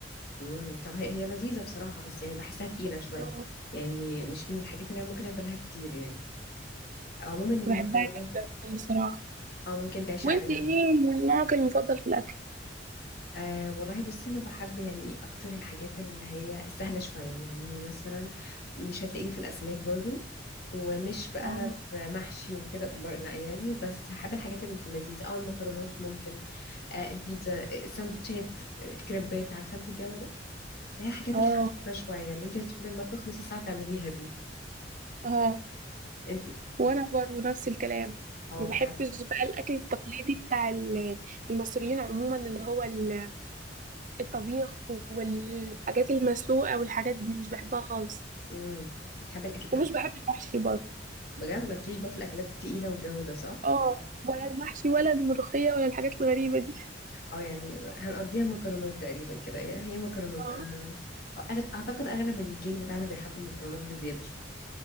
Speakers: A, on the left; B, on the right.
A: امم طب هي هي لذيذه بصراحه بس يعني بحسها تقيله شويه
B: اه
A: يعني مش من الحاجات اللي انا ممكن اكلها كتير يعني او عموما المكرونات
B: بحبها جدا بصراحه
A: اه ممكن تعيشي
B: وانت
A: عليها
B: ايه
A: انا
B: نوعك المفضل في الاكل
A: أه والله بصي انا بحب يعني اكتر الحاجات اللي هي السهله شويه يعني مثلا مش هتلاقيني في الاسماك برضو ومش بقى
B: اه
A: في محشي وكده بر- لا يعني بس هحب الحاجات اللي في اللذيذ او المكرونات ممكن أه البيتزا آه، السندوتشات آه، الكريبات عارفه انت الجو ده اللي هي الحاجات
B: اه
A: الخفيفه شويه اللي انت تدخلي المطبخ نص ساعه تعمليها دي
B: اه
A: انت
B: وانا برضو نفس الكلام
A: اه
B: ما
A: بحس
B: بحبش بقى الاكل التقليدي بتاع ال- المصريين عموما اللي هو ال- الطبيخ والحاجات المسلوقه والحاجات دي مش بحبها خالص
A: امم بتحبي الاكل طب
B: ومش بحب المحشي برضو
A: بجد مالكيش بقى في الاكلات التقيله والجو ده صح
B: اه ولا المحشي ولا الملوخيه ولا الحاجات الغريبه دي
A: اه يعني هنقضيها مكرونات تقريبا كده هي هي مكرونات
B: اه
A: انا أغ- اعتقد اغلب الجيل بتاعنا بيحب المكرونات بزياده شويه